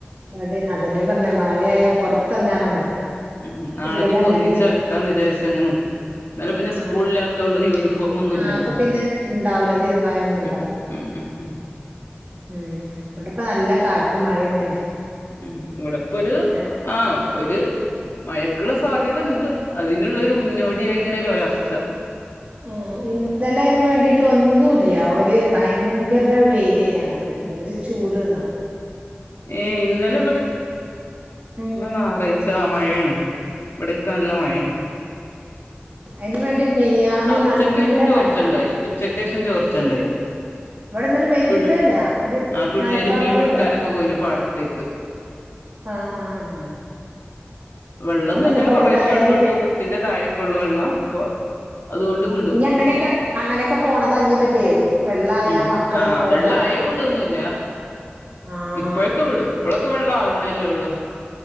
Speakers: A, on the right; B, on the left.
A: മടിയാ അതെന്നെ പ മഴയായ പൊറത്തറങ്ങാന മടി
B: ഉം നാളെ
A: ഉള്ളിലങ്ങനെ
B: ഇഞ്ഞിപ്പോ ഒന്നിച്
A: ഇരിക്കും
B: അലക്കാന്ന് വിചാരിച്ച അങ്ങനെ നിക്ക ഇന്നലെ പിന്നെ സ്കൂളിലാത്ത
A: ആഹ് ആഹ്
B: കൊണ്ട് യൂണിഫോം ഒന്നും
A: ആഹ്
B: ഇല്ലല്ലോ
A: അപ്പൊ പിന്നെ ഇണ്ടാവൂല തിരുമ്പാനൊന്നും ഇണ്ടാവൂല
B: ഉം ഉം ഉം ഉം
A: ഉം ഇവിടെ പ്പ നല്ല കാറ്റും മഴയും ഇങ്ങനെ
B: ഉം ഇവിടെപ്പൊ ഒരു
A: ഞാൻ
B: ആഹ് ഒരു മയക്കുള്ള സാധ്യത ഇണ്ട് അതിനുള്ളരു മുന്നോടിയായി ഇങ്ങനെ ഒരുരാ പച്ച
A: ആഹ് ഇന്ന് ഇന്നലെ അയിനും വേണ്ടിയിട്ട് ഒന്നുംല്ല ആ ഒര് ഭയങ്കര വെയിലെനി ഞങ്ങക്ക് എന്തൊരു ചൂട്ന്നാ
B: ഏ ഇന്നലെ ഇവിടെ
A: ഉം
B: ഞാറാഴ്ച ആ മഴയാണ് ഇവിടെക്കല്ല മഴാണ്
A: അതിന് വേണ്ടി മിനിയാന്ന്
B: ഉച്ചക്കേഷം
A: നല്ല
B: ചോർച്ചണ്ടായി
A: മഴ
B: ഉച്ചക്കേഷം ചോർച്ചണ്ടായി
A: ഇവിടെ ഇന്നെലെ പെയ്തിട്ടേല്ല.
B: പിള്ള്
A: ഒരു
B: ആ പിള്ളേര്
A: മയക്കാറും
B: മീൻ പിടിക്കാനൊക്കെ
A: കൂടെല്ല.
B: പോയിന് പാടത്തേക്ക്
A: ആഹ ആഹ ആഹ
B: വെള്ളൊന്നുല്ല
A: അതൊക്കെ പോണത്
B: കൊറേശെ
A: അല
B: വെള്ളൊള്ളൂ
A: ഇനി
B: മുട്ടിന്റെ താഴേക്കൊള്ളൂ വെള്ളം അപ്പൊ അതുകൊണ്ട് വിടും
A: അങ്ങനെയൊക്കെ അങ്ങനെയൊക്കെ പോണത് ആ ഞ്ഞിള്ള പേടി വെള്ളായാ
B: ഉം
A: മക്കള്
B: ആ
A: പോക
B: വെള്ളം ആയാവിടൊന്നുല്ല.
A: ആഹ്
B: ഇപ്പഴൊക്കെ വിടും ഇപ്പോഴൊക്കെ വെള്ളം ആവ്ണേ ല്ലേള്ളൂ